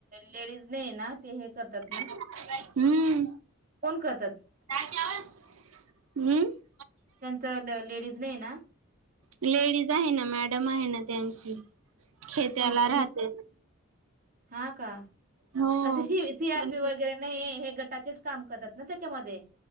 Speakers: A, on the right (about 35°); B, on the right (about 70°).
A: लेडीज नाही ना ते हे करतात
B: <unintelligible> हम्म.
A: ना कोण करतात.
B: <unintelligible> वर हम्म
A: त्यांचा ल लेडीज नाही ना.
B: लेडीज आहे ना मॅडम आहे, ना त्यांची. खेत्याला
A: कोणती
B: राहते.
A: हा का.
B: हो
A: असं सी सी आर
B: पण
A: पी वगैरे नाही हे गटाचेच काम करतात ना त्याच्यामध्ये.